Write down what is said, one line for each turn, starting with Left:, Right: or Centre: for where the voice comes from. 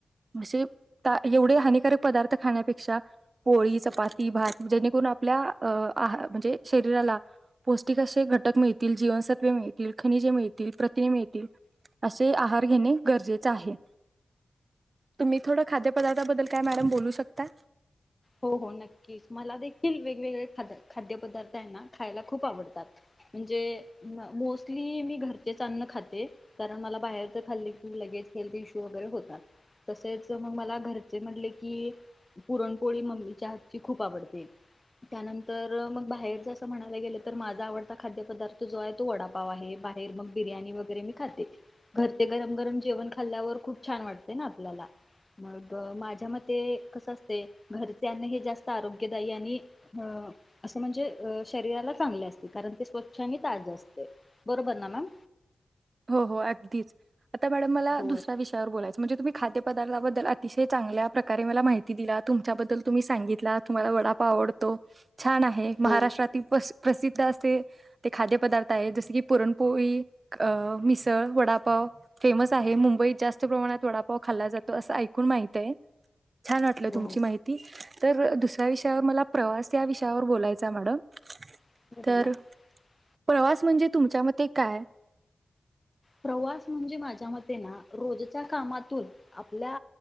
Right: असे एवढे हानिकारक पदार्थ खाण्यापेक्षा पोळी चपाती भात जेणेकरून आपल्या अ आहार म्हणजे शरीराला पौष्टिक असे घटक मिळतील जीवनसत्व मिळतील खनिजे मिळतील प्रतिने मिळतील असे आहार घेणे गरजेचे आहे तुम्ही थोडं खाद्यपदार्थाबद्दल काय मॅडम बोलू शकता
Left: हो हो नक्कीच मला देखील वेगवेगळे ख खाद्यपदार्थ आहे ना खायला खूप आवडतात म्हणजे मोस्टली मी घरचेच अन्न खाते कारण मला बाहेरच खाल्ले की लगेच हेल्थ इशू वगैरे होतात तसेच मग मला घरचे म्हटले की पुरण कोळी ममलीच्या हातची खूप आवडते त्यानंतर मग बाहेर जसं म्हणायला गेलं तर माझा आवडता खाद्य पदार्थ जो आहे तो वडापाव आहे बाहेर मग बिर्याणी वगैरे मी खाते घर ते गरम गरम जेवण खाल्ल्यावर खूप छान वाटते ना आपल्याला मग माझ्या मते कस असते घरचे अ हे जास्त आरोग्यदायी आणि अ असं म्हणजे शरीराला चांगले असते कारण ते स्वच्छ आणि ताज असते बरोबर ना मॅम
Right: हो हो अगदीच आता मॅडम मला
Left: होय
Right: दुसर्‍या विषयावर बोलायं म्हणजे तुम्ही खाद्य पदार्थबद्दल अतिशय चांगल्या प्रकारे मला माहिती दिला तुमच्याबद्दल तुम्ही सांगितला तुम्हाला वडापाव आवडतो छान आहे महाराष्ट्रातील
Left: हो
Right: बस प्रसिद्ध असे ते खाद्यपदार्थ आहे जसे की पुरणपोळी अ मिसळ वडापाव फेमस आहे मुंबईत जास्त प्रमाणात वडापाव खाल्ला जातो असं ऐकून माहित आहे छान वाटलं
Left: हो
Right: तुमची माहिती तर दुसऱ्या विषयावर मला प्रवास या विषयावर बोलायच आहे मॅडम
Left: <inaudible>
Right: तर प्रवास म्हणजे तुमच्या मते काय
Left: प्रवास म्हणजे माझ्या मते ना रोजच्या कामातून आपल्या